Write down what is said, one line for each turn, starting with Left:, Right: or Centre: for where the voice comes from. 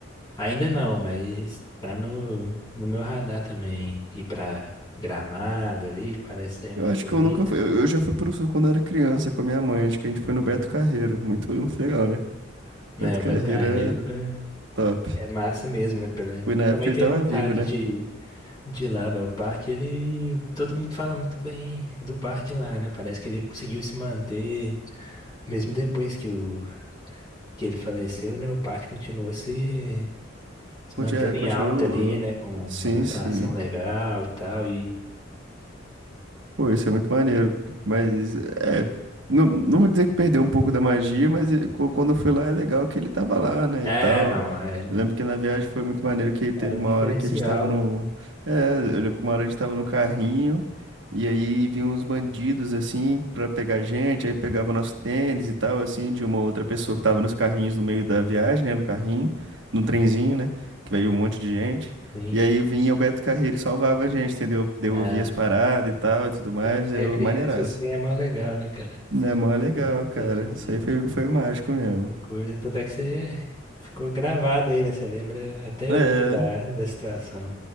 Left: Ainda não, mas tá no, no meu radar também. Ir pra Gramado ali, que parece ser muito
Right: Eu acho
Left: bonito.
Right: que eu nunca fui. Eu eu já fui pro sul quando eu era criança com a minha mãe. Acho que a gente foi
Left: Uhum.
Right: no Beto Carreiro. Muito, muito legal, né?
Left: É,
Right: Beto
Left: o
Right: Carreiro
Left: Beto Carreiro
Right: é
Left: é,
Right: top.
Left: é massa mesmo, né? Pela... Eu
Right: Foi na época
Left: também
Right: que ele
Left: tenho
Right: tava
Left: vontade
Right: vivo, né?
Left: de. ir. De lá, velho, o parque, ele. Todo mundo fala muito bem do parque lá, né? Parece que ele conseguiu se manter, mesmo depois que, o... que ele faleceu, né? O parque continuou se... se
Right: Conti-
Left: mantendo
Right: É, continuou.
Left: em alta ali, né? Com uma
Right: Sim,
Left: atração
Right: sim.
Left: legal e tal. E.
Right: Pô, isso é muito maneiro. Mas, é. Não, não vou dizer que perdeu um pouco da magia, mas eh, co- quando eu fui lá é legal que ele tava lá, né?
Left: É,
Right: E tal.
Left: não, é...
Right: Eu Lembro que na viagem foi muito maneiro que teve
Left: era
Right: uma
Left: um diferencial,
Right: hora que a gente tava no.
Left: né?
Right: É, eu lembro que uma hora a gente tava no carrinho e aí vinham uns bandidos assim pra pegar a gente, aí pegava o nosso tênis e tal, assim, de uma outra pessoa que tava nos carrinhos no meio da viagem, né? No carrinho, no trenzinho, né? Que veio um monte de gente.
Left: Sim.
Right: E aí vinha o Beto Carreiro e salvava a gente, entendeu? Devolvia
Left: É.
Right: as paradas e tal e tudo mais.
Left: Quando você
Right: É
Left: é criança,
Right: maneiraço.
Left: assim, é mais legal, né, cara? Esse
Right: É
Left: tipo
Right: mó legal,
Left: de,
Right: cara.
Left: esse tipo
Right: Isso
Left: de
Right: aí foi, foi mágico mesmo.
Left: de coisa. Tanto é que você ficou gravado aí, né? Você lembra até
Right: É.
Left: hoje da, da situação.